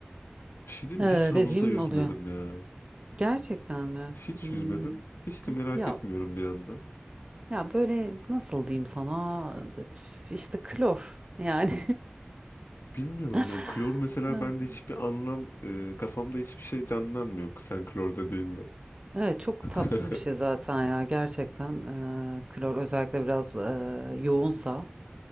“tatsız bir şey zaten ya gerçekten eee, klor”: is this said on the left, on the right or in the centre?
Right